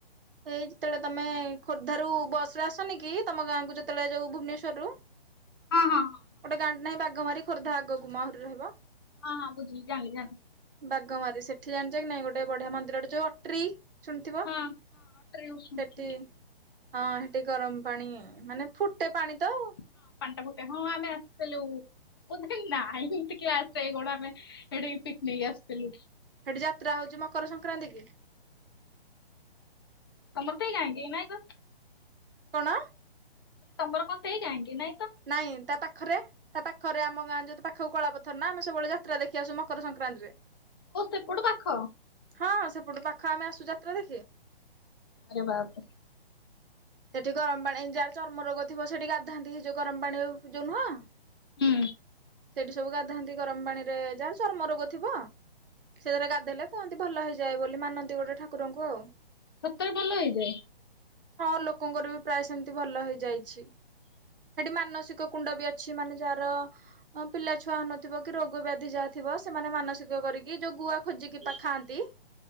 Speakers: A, on the right; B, on the left.
A: ଏଇ ଯେତେବେଳେ ତମେ ଖୋର୍ଦ୍ଧା ରୁ ବସ ରେ ଆସନି କି ତମ ଗାଁ କୁ ଯେତେବେଳେ ଯୋଉ ଭୁବନେଶ୍ୱର ରୁ
B: ହଁ ହଁ ହଁ
A: ଗୋଟେ ଗାଁଟେ ନାହିଁ ବାଘମାରି ଖୋର୍ଦ୍ଧା ଆଗକୁ ମ ଆହୁରି ରହିବ
B: ହଁ ବୁଝିଲି ଜାଣିଲି ଜାଣିଲି
A: ବାଘମାରି ସେଠି ଜାଣିଛ କି ନାଇଁ ଗୋଟେ ବଢିଆ ମନ୍ଦିରଟେ ଯୋଉ ଅଟ୍ରି ଶୁଣିଥିବ
B: ହଁ ହଁ ଅଟୋରେ ୟୁଜ୍ କରୁଛନ୍ତି।
A: ସେଠି ହଁ ସେଠି ଗରମ ପାଣି ମାନେ ଫୁଟେ ପାଣି ତ ଆଉ
B: ହଁ ପାଣି ଟା ଫୁଟେ ହଁ ଆମେ ଆସିଥିଲୁ ବୋଧେ ନାଇନ୍ଥ କ୍ଲାସ୍ ରେ ଯାଇକି କଣ ଆମେ ଏଠିକି ପିକନିକ ଆସିଥିଲୁ
A: ସେଠି ଯାତ୍ରା ହଉଛି ମକର ସଂକ୍ରାନ୍ତି କି?
B: ତମର ତ ଏଇ ଗାଁ କେ ନାଇ ତ।
A: କଣ?
B: ତମର କଣ ସେଇ ଗାଁ କେ ନାଇଁ। ତ?
A: ନାଇଁ ତା ପାଖରେ ତା ପାଖରେ ଆମ ଗାଁ ଯ ପାଖକୁ କଳାପଥର ନା ଆମେ ସବୁବେଳେ ଯାତ୍ରା ଦେଖି ଆସୁ ମକର ସଂକ ଦାଣ୍ଡରେ
B: ଓ ସେପଟୁ ପାଖ।
A: ହଁ ସେପଟୁ ପାଖ ଆମେ ଆସୁ ଯାତ୍ରା ଦେଖି।
B: ଆରେ ବାପ୍ ରେ।
A: ସେଠି ଗରମ ପାଣି ଯାହାର ଚର୍ମ ରୋଗ ଥିବ ସେଠି ଗାଧାନ୍ତି ହେଇଯୋଉ ଗରମ ପାଣି ଯୋଉ ନୁହଁ।
B: ହୁଁ।
A: ସେଇଠି ସବୁ ଗାଧାନ୍ତି ଗରମ ପାଣି ରେ ଯାହାହାର ଚର୍ମ ରୋଗ ଥିବ ସେ‌ରେ ଗାଧେଇଲେ କୁହନ୍ତ ଦି ଭଲ ହେଇଯାଏ ବୋଲି ମାନନ୍ତି ଗୋଟେ ଠାକୁରଙ୍କୁ ଆଉ।
B: ସତରେ ଭଲ ହେଇଯାଏ।
A: ହଁ ଲୋକଙ୍କର ବି ପ୍ରାୟ ସେମିତି ଭଲ ହେଇଯାଇଛି। ସେଠି ମାନସିକ କୁଣ୍ଡ ବି ଅଛି ମାନେ ଯାହାର ପିଲା ଛୁଆ ହଉନଥିବ କି ରୋଗ ବ୍ୟାଧି ଯାହା ଥି ଥିବ ସେମାନେ ମାନସିକ କରିକି ଯୋଉ ଗୁଆ ଖୋଜିକି ପା ଖାଆନ୍ତି।